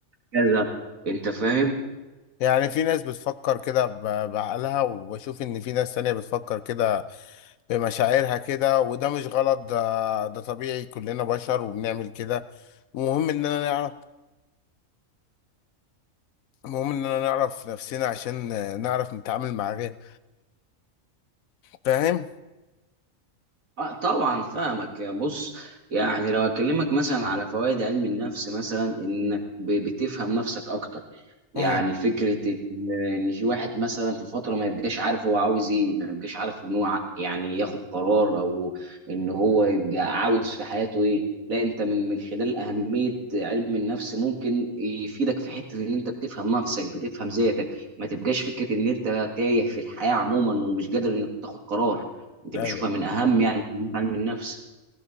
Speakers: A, on the right; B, on the left.
A: كذا انت فاهم
B: يعني في ناس بتفكر كده ب- بعقلها وبشوف ان في ناس تانية بتفكر كده بمشاعرها كده وده مش غلط ده ده طبيعي كلنا بشر وبنعمل كده المهم اننا نعرف المهم اننا نعرف نفسنا عشان نعرف نتعامل مع غير فاهم
A: آه طبعا فاهمك بص يعني لو اكلمك مثلا على فوائد علم النفس مثلا انك ب- بتفهم نفسك اكتر
B: امم
A: يعني فكره ان إن في واحد مثلا في فتره ما يبقاش عارف هو عاوز ايه ما يبقاش عارف ان هو ع- يعني ياخد قرار او ان هو يبقى عاوز في حياته ايه لا انت من من خلال اهميه علم النفس ممكن يفيدك في حته ان انت بتفهم نفسك بتفهم ذاتك ما تبقاش فكره ان انت تايه في الحياه عموما ومش قادر انك تاخد قرار دي
B: ايوه
A: بشوفها من اهم يعني من علم النفس